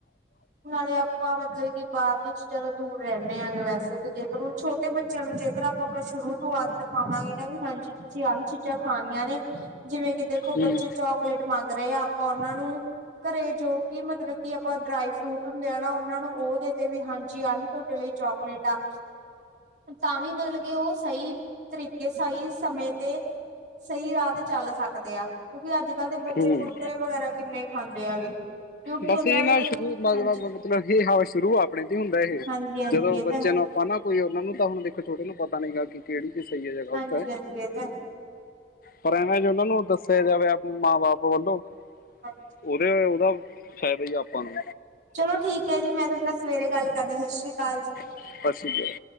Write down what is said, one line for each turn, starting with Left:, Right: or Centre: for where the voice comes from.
Right: ਨਾਲੇ ਆਪਾਂ ਮਤਲਬ ਕਿ ਬਾਹਰਲੀ ਜਿਆਦਾ ਦੂਰ ਰਹਿੰਦੇ ਹਾਂਗੇ ਵੈਸੇ ਤੇ ਜੇਕਰ ਹੁਣ ਛੋਟੇ ਬੱਚਿਆਂ ਨੂੰ ਜੇਕਰ ਆਪਾਂ ਸ਼ੁਰੂ ਤੋਂ ਆਦਤ ਪਾਵਾਂਗੇ ਨਾ ਵੀ ਹਾਂਜੀ। ਤੁਸੀਂ ਆਹੀ ਚੀਜ਼ਾਂ ਖਾਣੀਆਂ ਨੇ ਜਿਵੇਂ ਕਿ ਦੇਖੋ
Left: ਹੂੰ
Right: ਬੱਚੇ ਚੌਕ ਚੋਕਲੇਟ ਮੰਗ ਰਹੇ ਆਪਾਂ ਉਹਨਾਂ ਨੂੰ ਘਰੇ ਜੋ ਕਿ ਮਤਲਬ ਕਿ ਆਪਾਂ ਡਰਾਈ ਫਰੂਟ ਨੂੰ ਦੇਣਾ ਉਹਨਾਂ ਨੂੰ ਉਹਦੇ ਤੇ ਵੀ ਹਾਂਜੀ ਆਹੀ ਤੁਹਾਡੇ ਲਈ ਚੋਕਲੇਟ ਆ। ਤਾਂ ਵੀ ਮਤਲਬ ਕਿ ਉਹ ਸਹੀ ਤਰੀਕੇ ਸਹੀ ਸਮੇਂ ਤੇ ਸਹੀ ਰਾਹ ਤੇ ਚੱਲ ਸਕਦੇ ਆ ਕਿਉਂਕਿ ਅੱਜ ਕੱਲ੍ਹ ਦੇ ਬੱਚੇ
Left: ਹੂੰ
Right: ਕੁਰਕਰੇ ਵਗੈਰਾ ਕਿੰਨੇ ਖਾਂਦੇ ਹੈਗੇ। ਕਿਉਂਕਿ
Left: ਬਸ
Right: ਉਹਨਾਂ
Left: ਇਹ
Right: ਲਈ
Left: ਨਾ ਸ਼ੁਰੂ ਮਤਲਬ
Right: ਹਾਂਜੀ
Left: ਇਹ ਹਵਾ ਸ਼ੁਰੂ ਆਪਣੇ ਦੀ ਹੁੰਦਾ ਇਹ
Right: ਹਾਂਜੀ ਹਾਂਜੀ
Left: ਜਦੋਂ
Right: ਇਹ
Left: ਬੱਚਿਆਂ
Right: ਤਾਂ ਹੈ
Left: ਨੂੰ ਹਨ ਨਾ ਕੋਈ ਉਹਨਾ ਨੂੰ ਤਾਂ ਹੁਣ ਦੇਖੋ ਛੋਟੇ ਨੂੰ ਪਤਾ ਨੀ ਗਗਾ ਕਿ ਕਿਹੜੀ ਚੀਜ਼ ਸਹੀ ਹੈ ਜਾਂ ਗ਼ਲਤ
Right: ਹਾਂਜੀ-ਹਾਂਜੀ
Left: ਹੈ।
Right: ਇਹ ਤਾਂ ਹੈ,
Left: ਪਰ ਇਹਨਾਂ ਜ ਉਹਨਾਂ ਨੂੰ ਦੱਸਿਆ ਜਾਵੇ ਮਾਂ ਬਾਪ ਵੱਲੋਂ
Right: ਹਾਂਜੀ।
Left: ਉਹਦੇ ਉਹਦਾ ਫਾਇਦਾ ਹੀ ਆਪਾਂ ਨੂੰ
Right: ਚਲੋ ਠੀਕ ਹੈ ਜੀ ਮੈਂ ਤੁਹਾਡੇ ਨਾਲ ਸਵੇਰੇ ਗੱਲ ਕਰਦੀ ਸਤਿ ਸ੍ਰੀ ਅਕਾਲ ਜੀ।
Left: ਸਤਿ ਸ੍ਰੀ ਅਕਾਲ।